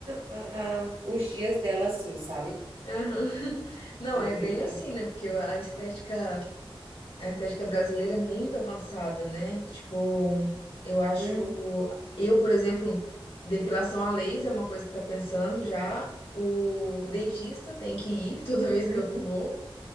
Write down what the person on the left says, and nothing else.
Aham. <laughs> Não,
é
bem
assim, né? Porque a estética, a estética brasileira é muito avançada, né? Tipo, eu acho,
eu, por exemplo, depilação a laser é uma coisa que tá pensando já. O dentista tem que ir <laughs> toda vez
que eu vou.